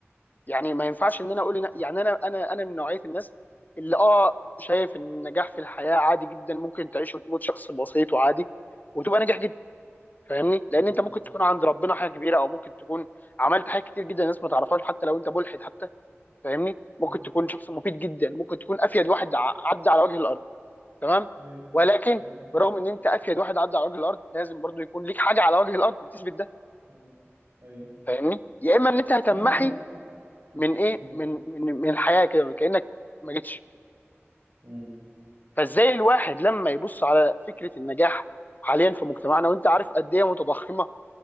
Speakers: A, on the left (about 40°); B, on the right (about 60°).
A: يعني ما ينفعش ان انا اقول إن- يعني انا انا انا من نوعيه الناس اللي اه شايف ان النجاح في الحياه عادي جدا ممكن تعيش وتموت شخص بسيط وعادي وتبقى ناجح جدا فاهمني لان
B: مم.
A: انت ممكن تكون عند ربنا حاجه كبيره او ممكن تكون عملت حاجات كتير جدا الناس ما تعرفهاش حتى لو انت ملحد حتى فاهمني
B: ايوه
A: ممكن تكون شخص مفيد جدا ممكن تكون افيد واحد ع- عدى على وجه الارض تمام
B: ايوه
A: ولكن
B: ايوه
A: برغم ان انت افيد واحد عدى على وجه الارض لازم برضو يكون ليك حاجه على وجه الارض بتثبت ده
B: مم. ايوه
A: فاهمني يا اما ان انت هتمحي
B: فاهم قصدي؟
A: من ايه
B: مم.
A: من من من الحياه كده كانك ما جيتش
B: مم.
A: فازاي الواحد لما يبص على فكره النجاح حاليا في مجتمعنا وانت عارف قد ايه متضخمه